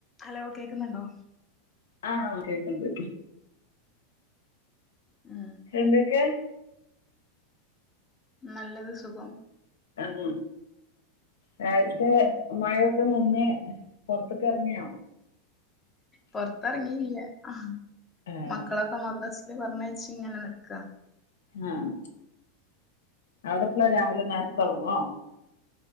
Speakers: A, on the left; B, on the left.
A: Hello കേക്കുന്നുണ്ടോ
B: ആഹ് കേക്ക്ണ്ട്
A: ഉം
B: എന്തൊക്കെ
A: നല്ലത് സുഖം
B: അം നേരത്തെ
A: ഉം
B: മഴ ഒക്കെ നിന്ന് പൊറത്ക്ക്റങ്ങിയോ
A: പൊറത്തിറങ്ങില്യ അഹ്
B: ആഹ്
A: മക്കളൊക്കെ മദ്രാസില് പറഞ്ഞയച്ച് ങ്ങനെ നിക്ക
B: ആഹ് അവിടെപ്പളാ രാവിലെ നേരത്തെ തുടങ്ങോ